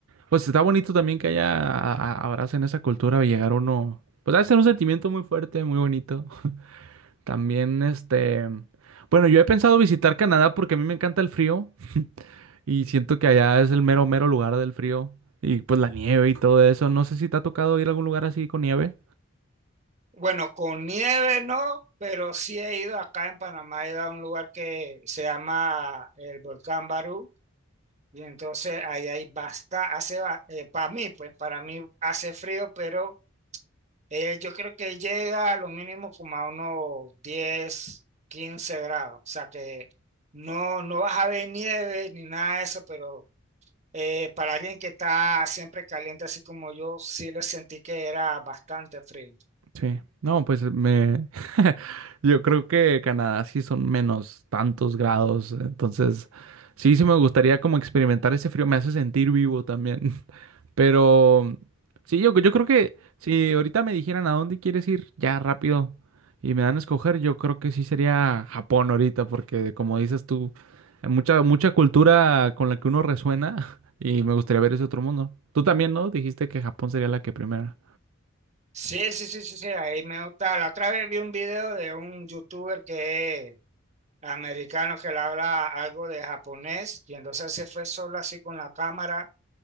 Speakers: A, on the right (about 75°); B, on the right (about 35°).
A: Pues está bonito también que haya, a- a- abracen esa cultura y llegar uno, pues debe ser un sentimiento muy fuerte, muy bonito. <laughs> También, este, bueno, yo he pensado visitar Canadá porque a mí me encanta el frío y siento que allá es el mero, mero lugar del frío y pues la nieve y todo eso. No sé si te ha tocado ir a algún lugar así con nieve.
B: Bueno, con nieve no, pero sí he ido acá en Panamá, he ido a un lugar que se llama el Volcán Barú, y entonces ahí hay basta, hace, para mí, pues para mí hace frío, pero eh, yo creo que llega a lo mínimo como a unos 10, 15 grados, o sea que no, no vas a ver nieve ni nada de eso, pero eh, para alguien que está siempre caliente así como yo, sí le sentí que era bastante frío.
A: Sí, no, pues me, <laughs> yo creo que Canadá sí son menos tantos grados, entonces sí, sí me gustaría como experimentar ese frío, me hace sentir vivo también. <laughs> Pero sí, yo, yo creo que si ahorita me dijeran a dónde quieres ir ya rápido y me dan a escoger, yo creo que sí sería Japón ahorita, porque como dices tú, hay mucha, mucha cultura con la que uno resuena <laughs> y me gustaría ver ese otro mundo. Tú también, ¿no? Dijiste que Japón sería la que primera.
B: Sí, sí, sí, sí, sí, ahí me gusta. La otra vez vi un video de un youtuber que es americano que le habla algo de japonés y entonces se fue solo así con la cámara